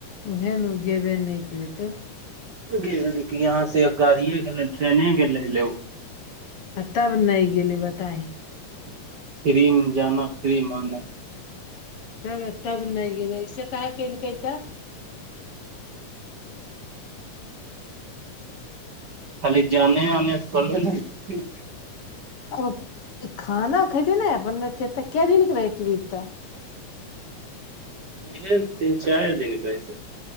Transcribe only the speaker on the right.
गेलहन यहाँ से गाड़ि गेलहन ट्रेने गेल उ।
<inaudible> फ्री मे जाना फ्रीमे आना।
<inaudible> खाली जाने आने थोबैर होइ
इहेन तीन चारि दिन कहै छै।